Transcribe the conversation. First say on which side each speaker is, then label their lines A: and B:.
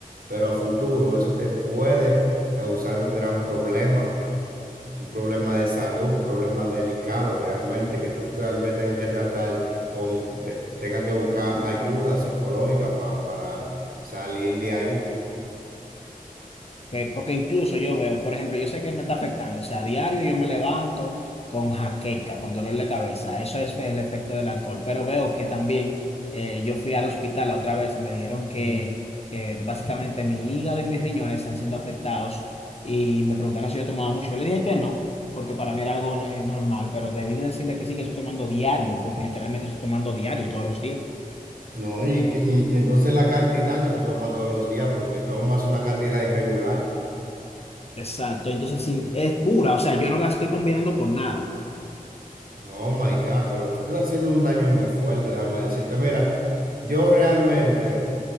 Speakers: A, on the right; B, on the left.
A: pero a futuro eso te puede causar un gran problema, un problema de salud, un problema delicado realmente, que tú tal vez tengas que tratar con, te- tengas que buscar ayuda psicológica pa- para salir de ahí.
B: Eh, porque incluso yo veo, por ejemplo, yo sé que me está afectando, o sea, a diario yo me levanto con jaqueca, con dolor de cabeza, eso es el efecto del alcohol, pero veo que también eh, yo fui al hospital la otra vez y me dijeron que, que básicamente mi hígado y mis riñones están siendo afectados y me preguntaron si yo tomaba mucho, yo le dije que no, porque para mí era algo eh, normal, pero debí de decirle que sí que estoy tomando diario, porque literalmente estoy tomando diario todos los días.
A: No, y, que- y, y entonces la cantidad que tú tomas todos los días, porque tomas una cantidad irregular.
B: Exacto, entonces sí, es pura, o sea, yo no la estoy combinando con nada.
A: Oh my God, pero tú te estás haciendo un daño muy fuerte, déjame decirte. Mira, yo realmente